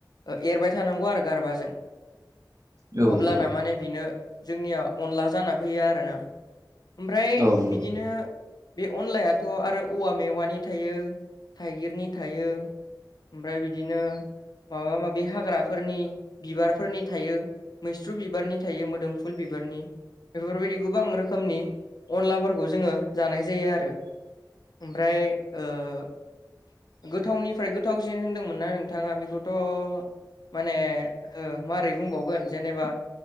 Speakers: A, on the left; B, on the right.
A: ओ एरबाय थानांगौ आरो गारबाजों। <inaudible>
B: औ
A: अब्लाना
B: नंगौ
A: माने बिनो जोंनिया अनला जाना फैयो आरोना। ओमफ्राय
B: औ नंगौ
A: बिदिनो बे अनलायाथ' आरो औवा मेवानि थायो थाइगिरनि थायो ओमफ्राय बिदिनो माबा माबि हाग्राफोरनि बिबारफोरनि थायो। मैस्रु बिबारनि थायो मोदोमफुल बिबारनि बेफोरबायदि गोबां रो खोमनि अनलाफोरखौ जोङो जानाय जायो आरो। ओमफ्राय ओ गोथावनिफ्राय गोथावसिन होनदोंमोन ना नोंथाङा बेखौथ' माने ओ मारै बुंबावगोन जेनेबा